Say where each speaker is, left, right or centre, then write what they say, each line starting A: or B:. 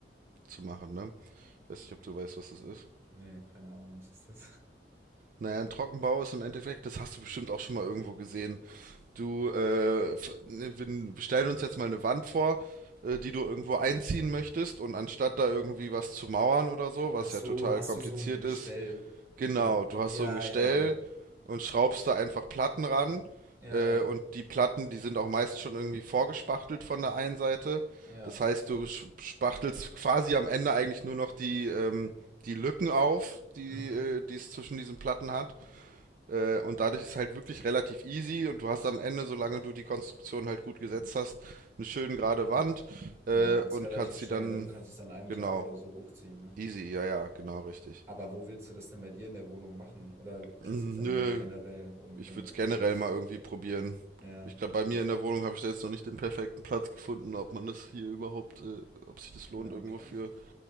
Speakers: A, on the right; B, on the right.
A: zu machen, ne? Ich weiß nicht, ob du weißt, was das ist.
B: Nee, keine Ahnung, was ist das?
A: Naja, ein Trockenbau ist im Endeffekt, das hast du bestimmt auch schon mal irgendwo gesehen. Du, äh, f- ne, wir stellen uns jetzt mal eine Wand vor, äh, die du irgendwo einziehen möchtest und anstatt da irgendwie was zu mauern oder
B: <laughs>
A: so,
B: Ach
A: was
B: so,
A: ja total
B: hast
A: kompliziert
B: du so ein Gestell
A: ist, genau,
B: und
A: du hast
B: ja,
A: so ein Gestell
B: ja, ja.
A: und schraubst da einfach Platten ran.
B: Ja,
A: Äh,
B: ja,
A: und die Platten, die sind auch meist schon irgendwie vorgespachtelt von der einen Seite.
B: ja.
A: Das heißt, du sch- spachtelst quasi am Ende eigentlich nur noch die, ähm, die Lücken auf, die,
B: Mhm.
A: äh, die es zwischen diesen Platten hat. Äh, und dadurch ist halt wirklich relativ easy und du hast am Ende, solange du die Konstruktion halt gut gesetzt hast, eine schön gerade Wand äh,
B: Ja, und
A: und
B: es ist relativ
A: kannst sie
B: schnell,
A: dann,
B: ne? Du kannst es an einem
A: genau,
B: Tag oder so hochziehen, ne?
A: easy, ja, ja, genau richtig.
B: Aber wo willst du das denn bei dir in der Wohnung machen? Oder geht
A: Mm,
B: es jetzt einfach
A: Nö,
B: nur generell um,
A: ich
B: wenn
A: würde
B: du
A: es generell
B: mal umziehst?
A: mal irgendwie probieren.
B: Ja,
A: Ich glaube,
B: okay.
A: bei mir in der Wohnung habe ich da jetzt noch nicht den perfekten Platz gefunden, ob man das hier überhaupt, äh, ob sich das
B: Ah,
A: lohnt irgendwo
B: okay.
A: für.